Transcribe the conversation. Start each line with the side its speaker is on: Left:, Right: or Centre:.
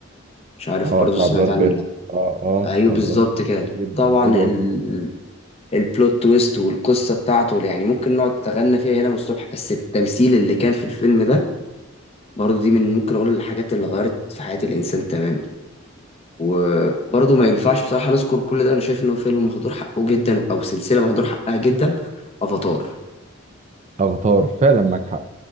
Left: مش عارف
Right: اه
Left: برضو
Right: بتاع
Left: سمعت
Right: براد
Left: عنه
Right: بيت
Left: ولا لأ.
Right: اه اه
Left: ايوه
Right: بتاع
Left: بالظبط
Right: براد بيت
Left: كده
Right: جدا
Left: طبعا
Right: وادوارد
Left: ال...
Right: نورتون
Left: البلوت تويست والقصه بتاعته يعني ممكن نقعد نتغنى فيها هنا من الصبح بس التمثيل اللي كان في الفيلم ده برضو دي من ممكن اقول الحاجات اللي غيرت في حياه الانسان تماما وبرضو ما ينفعش بصراحه نذكر كل ده انا شايف ان هو فيلم مهدور حقه جدا او سلسله مهدور حقها جدا افاتار
Right: افاتار فعلا معاك حق